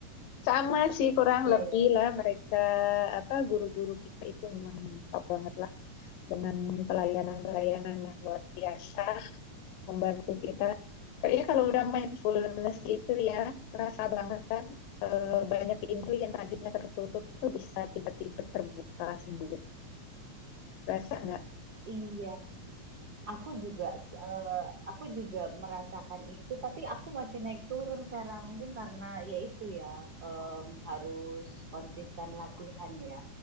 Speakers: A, on the left (about 85°); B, on the right (about 60°).
A: Sama sih kurang
B: Iya,
A: lebih
B: iya. Iya,
A: lah mereka apa guru-guru kita itu memang top banget lah dengan pelayanan-pelayanan yang luar biasa membantu kita. Kayaknya kalau udah mindfulness itu ya kerasa banget kan eh, banyak pintu yang tadinya tertutup tuh bisa tiba-tiba terbuka sendiri. Kerasa nggak?
B: Iya. Aku juga eh, aku juga merasakan itu tapi aku masih naik turun Vera mungkin karena ya itu ya em, harus konsisten latihan ya